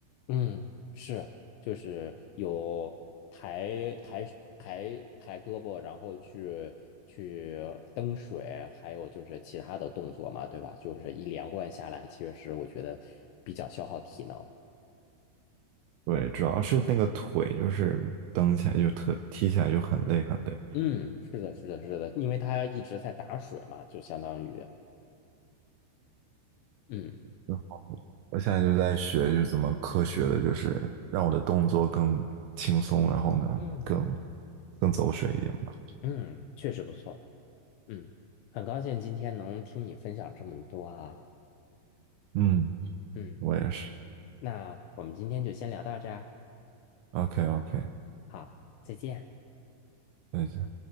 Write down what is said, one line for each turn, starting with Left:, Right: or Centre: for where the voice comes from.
Left: 嗯，是，就是有抬抬抬抬胳膊，然后去去蹬水，还有就是其他的动作嘛，对吧？就是一连贯下来，其实我觉得比较消耗体能。
Right: 对，主要是那个腿，就是蹬起来就特踢起来就很累很累。
Left: 嗯，是的，是的，是的，因为它一直在打水嘛，就相当于，嗯
Right: 然后我现在就在学，就是怎么科学的，就是让我的动作更轻松，然后呢更
Left: 嗯
Right: 更走水一点吧。
Left: 嗯，确实不错，嗯，很高兴今天能听你分享这么多啊，
Right: 嗯，
Left: 嗯，
Right: 我也是。
Left: 那我们今天就先聊到这儿
Right: OK OK，
Left: 啊，好，再见。
Right: 再见。